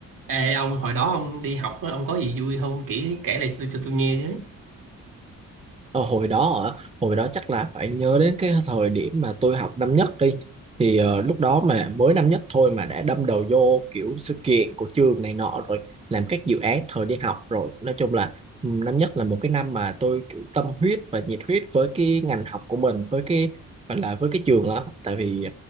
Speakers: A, on the right (about 75°); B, on the right (about 20°).
A: Ê ông hồi đó ông đi học á, ông có gì vui không kể kể lại cho, cho tôi nghe chứ.
B: Ờ, hồi đó hả? hồi đó chắc là phải nhớ đến cái thời điểm mà tôi học năm nhất đi thì ờ, lúc đó mà mới năm nhất thôi mà đã đâm đầu vô kiểu sự kiện của trường này nọ rồi làm các dự án thời đi học rồi nói chung là ừ, năm nhất là một cái năm mà tôi kiểu tâm huyết và nhiệt huyết với cái ngành học của mình với cái gọi là với cái trường lắm tại vì